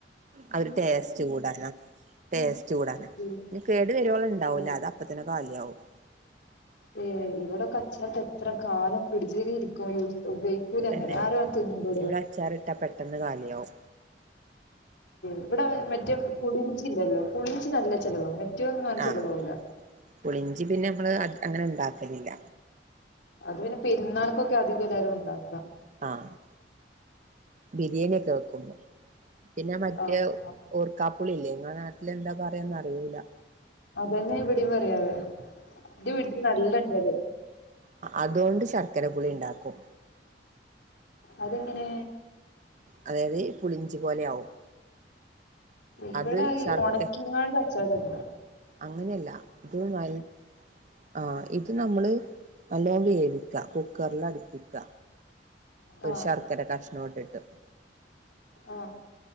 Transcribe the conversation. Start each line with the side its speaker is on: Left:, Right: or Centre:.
Right: അവര് ടേസ്റ്റ് കൂടാന ടേസ്റ്റ് കൂടാണ്
Left: ഉം
Right: ഇ കേട് വരുവള ഉണ്ടാവൂല
Left: ഉം
Right: അത് അപ്പത്തന്നെ കാലിയ ആവും
Left: ഏ ഇവിടെക്കെ അച്ചറിട്ട് എത്ര കാലം പിടിച്ചക്കെ ഇരിക്കുവ ഉപയോഗിക്കൂല
Right: പിന്നെ
Left: അങ്ങനെ ആരോ തിുന്നിിക്കട
Right: ഇവിടെ അച്ചാറിട്ടാ പെട്ടെന്ന് കാലിയവും
Left: ഇവിടെ മറ്റും പുളിഞ്ചി ഇണ്ടല്ലോ പുളിഞ്ച്ി നല്ല ചെിലവാാണ് മെറ്റന്നുംൻ ചെിലവവില്ല
Right: ആഹ് പുളിഞ്ചി പിന്നെ നമ്മള് അങ്ങനെ ഉണ്ടാക്കലില്ല
Left: അത് പിന്നെ പെരുന്നാൾക്കൊക്കെ അധികം എല്ലാരും ണ്ടാക്കാ
Right: ആഹഹ് ബിരിയാണി ഒക്കെ വെക്കുമ്പോ പിന്നെ മറ്റേ
Left: ആഹ്
Right: ഓർക്കാപ്പുളില്ലേങ്ങള ഇല്ല എന്താ പറയന്ന് അറിിയൂല
Left: അതന്നെ ഇവിടെയും പറയാർ ഇൻറെ വീട്ടിൽ നല്ല ഇണ്ടത്
Right: അതുണ്ട് ശർക്കര പുളി ണ്ടാക്കും
Left: അതെങ്ങനെ
Right: അതായത് പുളിഞ്ചി പോലെ ആവും
Left: ഇവിടെ
Right: അത്
Left: ഈ
Right: ശർക്ക
Left: ഒണക്കിങ്ങാണ്ട് അച്ചാറടല്
Right: അങ്ങനെയല്ല ഇത് വൽ ആഹ ഇത് നമ്മള് നല്ലോണം വേവിക്ക കുക്കറ അട് പ്പിക്ക ഒരു
Left: ആഹ്
Right: ശർക്കര കഷ്ണോട്ടിട്ട്
Left: ആഹ്